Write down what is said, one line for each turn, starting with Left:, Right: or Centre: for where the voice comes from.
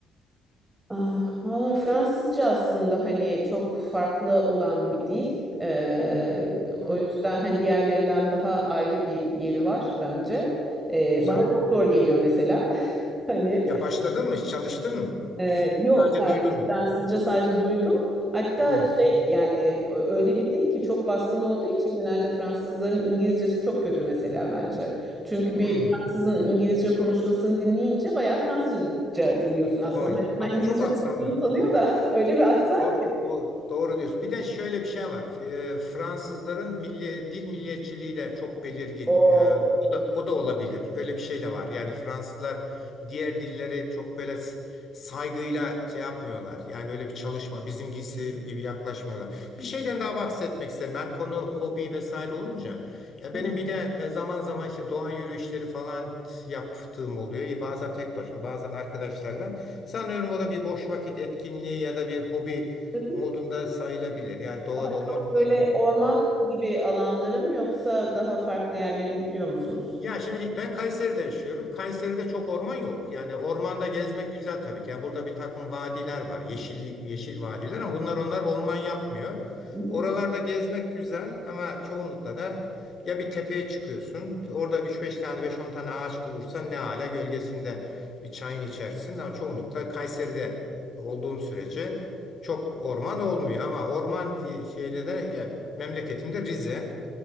Right: Ah, valla Fransızca aslında hani çok farklı olan bir dil. Ee,
Left: Hı,
Right: o yüzden hani diğerlerinden daha ayrı bir yeri var bence. Ee,
Left: güzel.
Right: bana çok zor geliyor mesela. <laughs> Hani
Left: Ya başladın mı? Çalıştın mı?
Right: ee, yok,
Left: Sadece
Right: hayır.
Left: duydun mu?
Right: Fransızca sadece duydum. Hatta
Left: Hı,
Right: şey yani ö- öyle bir dil ki çok baskın olduğu için genelde Fransızların İngilizcesi çok kötü mesela bence. Çünkü
Left: hı.
Right: bir Fransızın İngilizce konuşmasını dinleyince bayağı Fransızca dinliyorsun aslında.
Left: Doğru.
Right: Hani
Left: Bak
Right: bunlar İngilizce
Left: çok aksanlı.
Right: konuştuğunu sanıyor da <laughs> öyle bir aksan
Left: Doğru,
Right: ki.
Left: doğru, doğru diyorsun. Bir de şöyle bir şey var. Ee, Fransızların milli, dil milliyetçiliği de çok belirgin.
Right: Oo,
Left: Ee, o
Right: tabii
Left: da, o da
Right: ki.
Left: olabilir. Öyle bir şey de var. Yani Fransızlar diğer dilleri çok böyle s- saygıyla şey yapmıyorlar. Yani öyle bir çalışma bizimkisi gibi yaklaşmıyorlar. Bir şeyden daha bahsetmek isterim. Ben konu hobi vesaire olunca. Ya
Right: Hı,
Left: benim bir de e, zaman zaman işte doğa yürüyüşleri falan yaptığım oluyor. Ya bazen tek başıma, bazen arkadaşlarla. Sanıyorum o da bir boş vakit etkinliği ya da bir hobi
Right: Tabii
Left: modunda
Right: ki.
Left: sayılabilir. Yani doğada
Right: Daha
Left: olmak
Right: çok
Left: hoşuma
Right: böyle
Left: gidiyor.
Right: orman gibi alanlarım yoksa daha farklı yerlere de gidiyor musunuz?
Left: Ya şimdi ben Kayseri'de yaşıyorum. Kayseri'de çok orman yok. Yani ormanda gezmek güzel tabii ki. Yani burada bir takım vadiler var. Yeşillik, yeşil vadiler ama bunlar onlar orman yapmıyor.
Right: Hı
Left: Oralarda gezmek güzel ama çoğunlukla da ya bir tepeye çıkıyorsun. Orada üç beş tane beş on tane ağaç bulursan ne ala gölgesinde bir çayını içersin ama çoğunlukla Kayseri'de olduğum sürece çok orman olmuyor ama orman diye şeyde de ya, memleketimde Rize.